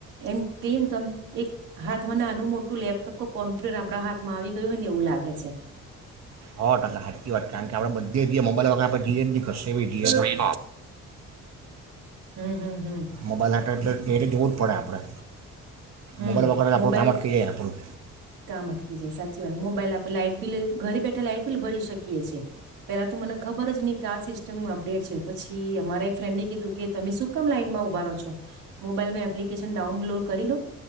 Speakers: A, on the right (about 85°); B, on the right (about 60°).
A: એમ કહી ને તોમ એક હાથમાં ના નાનું મોટું લેપટોપ કે કોમ્પ્યુટર આપણા હાથમાં આવી ગયું હોય ને એવું લાગે છે.
B: હો ટકા હાચી વાત કારણ કે આપડે બધે જીએ મોબાઈલ વગર આપે જીએ જ નહીં, કશે બી જીએ
A: હમ હમ હમ
B: મોબાઈલ હટે એટલે એ જ ટીવી દૂર પડે આપણે
A: હમ
B: મોબાઈલ વગર આપણું
A: મોબાઈલ
B: કામ અટકી જાય આપણું
A: કાામ અટકી જાય સી વા મોબાઈલ આપે લાઈટ બિલ ઘરે બેઠા લાઈટ બિલ ભરી શકીએીએ પેલા તો મને ખબર જ નહી કે આ સિસ્ટમ અપડેટ છે પછી અમારા એક ફ્રેન્ડે કીધું કે તમે શું કમ લાઈનમાં ઉભારો છો મોબાઈલમાં એપ્લિકેશન ડાઉનલોડ કરી લો